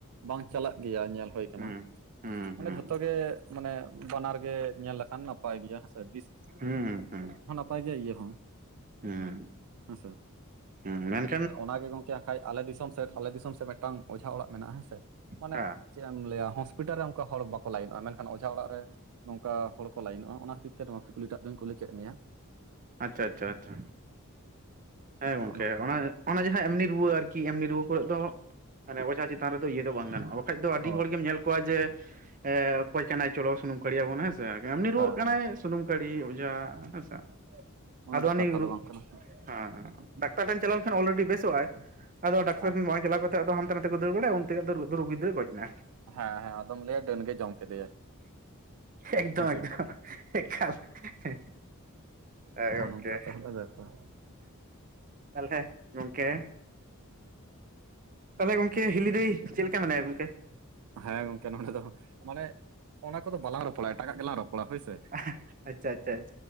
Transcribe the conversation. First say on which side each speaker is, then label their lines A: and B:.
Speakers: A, on the right; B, on the right.
A: ᱵᱟᱝ ᱪᱟᱞᱟᱜ ᱜᱮᱭᱟ ᱧᱮᱞ ᱦᱳᱭ ᱠᱟᱱᱟ᱾
B: ᱦᱩᱸ ᱦᱩᱸ
A: ᱢᱟᱱᱮ
B: ᱦᱩᱸ
A: ᱡᱷᱚᱛᱚ ᱜᱮ ᱢᱟᱱᱮ ᱵᱟᱱᱟᱨ ᱜᱮ ᱧᱮᱞ ᱞᱮᱠᱷᱟᱱ ᱱᱟᱯᱟᱭ ᱜᱮᱭᱟ ᱦᱮᱸᱥᱮ ᱵᱤᱥᱼᱼ
B: ᱦᱩᱸ ᱦᱩᱸ ᱾
A: ᱯᱟᱭ ᱤᱭᱟᱹ ᱦᱚᱸ᱾
B: ᱦᱩᱸ᱾
A: ᱦᱮᱸ ᱥᱮ᱾
B: ᱦᱮᱸ ᱢᱮᱱᱼᱼ
A: ᱛᱚ ᱚᱱᱟ ᱜᱮ ᱜᱚᱝᱠᱮ ᱦᱟᱠᱷᱟᱡ ᱟᱞᱮ ᱫᱤᱥᱚᱢᱼᱼ ᱟᱞᱮ ᱫᱤᱥᱚᱢ ᱥᱮᱫ ᱢᱤᱫᱴᱟᱝ ᱚᱡᱷᱟ ᱚᱲᱟᱜ ᱢᱮᱱᱟᱜ-ᱟ, ᱦᱮᱸᱥᱮ ᱢᱟᱱᱮ
B: ᱦᱮᱸ
A: ᱪᱮᱫ ᱮᱢ ᱞᱟᱹᱭᱟ ᱦᱚᱥᱯᱤᱴᱟᱞ ᱨᱮᱼᱼ ᱚᱱᱠᱟ ᱦᱚᱲ ᱵᱟᱠᱚ ᱞᱟᱭᱤᱱᱚᱜ-ᱟ, ᱢᱮᱱᱠᱷᱟᱱ ᱚᱡᱷᱟ ᱚᱲᱟᱜ ᱨᱮᱼᱼ ᱱᱚᱝᱠᱟ ᱦᱚᱲ ᱠᱚ ᱞᱟᱭᱤᱱᱚᱜ-ᱟ, ᱚᱱᱟ ᱠᱷᱟᱹᱛᱤᱨ ᱛᱮ ᱱᱚᱣᱟ ᱠᱩᱠᱞᱤᱴᱟᱜ ᱫᱩᱧ ᱠᱩᱞᱤ ᱠᱮᱫ ᱢᱮᱭᱟ᱾
B: ᱟᱪᱪᱷᱟ ᱟᱪᱪᱷᱟ ᱟᱪᱪᱷᱟ᱾ ᱦᱮᱸ ᱜᱚᱝᱠᱮ
A: ᱱᱚᱜᱼᱚ ᱱᱚᱝᱠᱟ
B: ᱚᱱᱟ ᱚᱱᱟ ᱡᱟᱸᱦᱟ ᱮᱢᱱᱤ ᱨᱩᱣᱟᱹ ᱟᱨᱠᱤ ᱮᱢᱱᱤ ᱨᱩᱣᱟᱹ ᱠᱚᱨᱮᱫ ᱫᱚᱼᱼ ᱚᱡᱷᱟ ᱪᱮᱛᱟᱱ ᱨᱮᱫᱚ ᱤᱭᱟᱹ ᱫᱚ ᱵᱟᱝ ᱜᱟᱱᱚᱜ-ᱟ᱾ ᱵᱟᱠᱷᱟᱡ ᱫᱚ ᱟᱹᱰᱤ
A: ᱦᱳᱭ
B: ᱦᱚᱲ ᱜᱮᱢ ᱧᱮᱞ ᱠᱚᱣᱟ ᱡᱮᱼᱼ ᱚᱠᱚᱭ ᱠᱟᱱᱟᱭ ᱪᱚᱞᱚ ᱥᱩᱱᱩᱢ ᱠᱷᱟᱹᱲᱤᱭᱟᱵᱚᱱ ᱦᱮᱸ ᱮᱥ ᱮᱢᱱᱤ ᱨᱩᱣᱟᱹᱜ
A: ᱦᱮᱸ
B: ᱠᱟᱱᱟᱭ
A: ᱦᱮᱸ
B: ᱥᱩᱱᱩᱢ ᱠᱷᱟᱹᱲᱤ ᱚᱡᱷᱟᱼᱼ ᱦᱮᱸᱥᱮ
A: ᱚᱱᱟ
B: ᱟᱫᱚ
A: ᱫᱚ
B: ᱩᱱᱤ
A: ᱠᱟᱛᱷᱟ
B: ᱨᱩᱼᱼ
A: ᱫᱚ ᱵᱟᱝ ᱠᱟᱱᱟ
B: ᱦᱮᱸ ᱰᱟᱠᱛᱟᱨ ᱴᱷᱮᱱ ᱪᱟᱞᱟᱣ ᱞᱮᱱ ᱠᱷᱟᱱ ᱚᱞᱨᱮᱰᱤ ᱵᱮᱥᱚᱜ-ᱟᱭ, ᱟᱫᱚ ᱰᱟᱠᱛᱟᱨ
A: ᱦᱮᱸ
B: ᱴᱷᱮᱱ ᱵᱟᱝ ᱪᱟᱞᱟᱣ ᱠᱟᱛᱮ ᱟᱫᱚ ᱦᱟᱱᱛᱮ ᱱᱟᱛᱮ᱾ ᱠᱚ ᱫᱟᱹᱲ ᱵᱟᱲᱟᱭᱟ ᱩᱱᱛᱮ ᱟᱫᱚ ᱨᱩᱜ ᱨᱩᱜᱤ ᱫᱚᱭ ᱜᱚᱡ ᱮᱱᱟ᱾
A: ᱦᱮᱸ ᱦᱮᱸ, ᱟᱫᱚᱢ ᱞᱟᱹᱭᱟ ᱰᱟᱹᱱ ᱜᱮ ᱡᱚᱢ ᱠᱮᱫᱮᱭᱟ
B: ᱮᱠᱫᱚᱢ
A: ᱦᱮᱸᱥᱮ᱾
B: ᱮᱠᱫᱚᱢ ᱮᱠᱟᱞ ᱦᱮᱸ
A: ᱱᱚᱜᱼᱚ
B: ᱜᱚᱝᱠᱮ᱾
A: ᱱᱚᱝᱠᱟ ᱛᱟᱦᱚᱞᱮ ᱵᱮᱯᱟᱨ
B: ᱛᱟᱞᱦᱮ ᱜᱟᱝᱠᱮᱼᱼ ᱛᱟᱦᱚᱞᱮ ᱜᱚᱝᱠᱮ ᱦᱤᱞᱤᱫᱟᱹᱭ ᱪᱮᱫ ᱞᱮᱠᱟ ᱢᱮᱱᱟᱭᱟ ᱜᱚᱝᱠᱮ?
A: ᱦᱮᱸ ᱜᱚᱝᱠᱮ ᱱᱚᱰᱮ ᱫᱚ ᱢᱟᱱᱮ ᱚᱱᱟ ᱠᱚᱫᱚ ᱵᱟᱞᱟᱝ ᱨᱚᱯᱚᱲᱟ ᱮᱴᱟᱜᱟᱜ ᱜᱮᱞᱟᱝ ᱨᱚᱯᱚᱲᱟ ᱦᱳᱭᱥᱮ।
B: ᱟᱪᱪᱷᱟ ᱟᱪᱪᱷᱟ ᱟᱪᱪᱷᱟ,